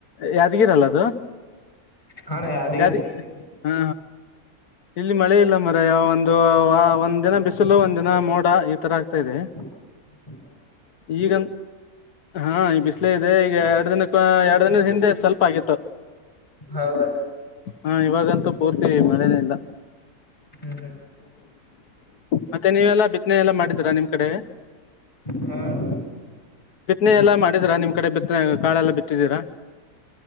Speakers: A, on the left; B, on the left.
A: ಯಾದಗಿರಲ್ಲ ಅದು
B: ಹಾ ಅಣ್ಣ
A: ಯಾದಗಿರಿ
B: ಡಿಸ್ಟ್ರಿಕ್
A: ಹಾ ಇಲ್ಲಿ ಮಳೆ ಇಲ್ಲ ಮರಯ ಒಂದು ಒಂದ್ ದಿನ ಬಿಸಿಲು ಒಂದ್ ದಿನ ಮೋಡ ಈ ತರ ಆಗ್ತಾ ಇದೆ
B: ಹ
A: ಈಗ ಹಾ ಈ ಬಿಸ್ಲ ಇದೆ ಈಗ ಎರಡು ದಿನಕ್ಕ ಎರ ಹಿಂದೆ ಸ್ವಲ್ಪ ಆಗಿತ್ತು
B: ಹೌದಾ
A: ಹ ಇವಾಗಂತೂ ಪೂರ್ತಿ ಮಳೆನಿಂದ
B: ಹ್ಮ ಹಾ
A: ಮತ್ತೆ ನೀವೆಲ್ಲಾ ಬಿತ್ತನೆ ಎಲ್ಲಾ ಮಾಡಿದೀರಾ ನಿಮ್ ಕಡೆ
B: ಹಾ ಅಣ್ಣ.
A: ಬಿತ್ನೆ ಎಲ್ಲಾ ಮಾಡಿದೀರಾ ನಿಮ್ ಕಡೆ ಬಿತ್ತ ಕಾಳೆಲ್ಲ ಬಿತ್ತಿದ್ದೀರಾ